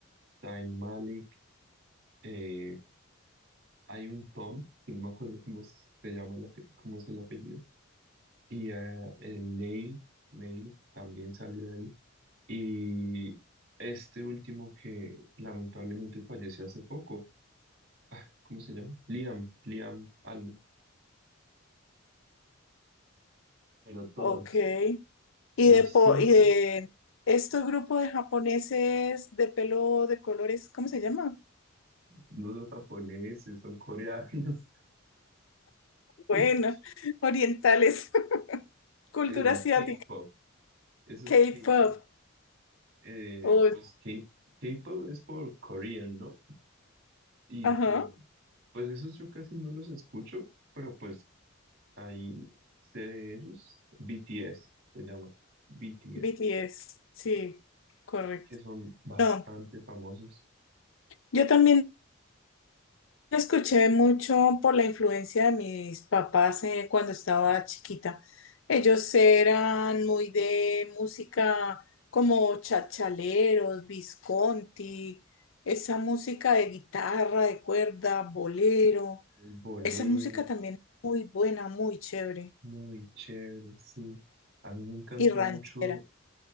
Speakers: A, on the right (about 50°); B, on the left (about 65°).
A: Zayn Malik, eh, hay un Tom, que no me acuerdo cómo se llama, el ape- cómo es el apellido, y ah, el Neil, Neil también salió de ahí. Y este último que lamentablemente falleció hace poco, ah, ¿cómo se llama? Liam, Liam algo, pero todos,
B: Ok. Y
A: los
B: de, po-
A: cinco,
B: y de estos grupos de japoneses de pelo de colores, ¿cómo se llama?
A: no son japoneses, son coreanos.
B: Bueno,
A: <laughs>
B: orientales, <laughs> cultura
A: El
B: asiática,
A: K-pop, eso
B: K-pop,
A: es K-pop. Eh,
B: oh,
A: pues K- K-pop es por Korean, ¿no? Y
B: ajá,
A: sí, pues esos yo casi no los escucho, pero pues ahí sé de ellos. BTS se llama, BTS.
B: BTS, sí, correcto.
A: que son bastante
B: No,
A: famosos,
B: yo también lo escuché mucho por la influencia de mis papás eh, cuando estaba chiquita. Ellos eran muy de música como chachaleros, Visconti, esa música de guitarra, de cuerda, bolero.
A: muy boleros,
B: Esa música también es muy buena, muy chévere
A: muy chéveres, sí. A mí me encanta
B: y ranchera.
A: mucho,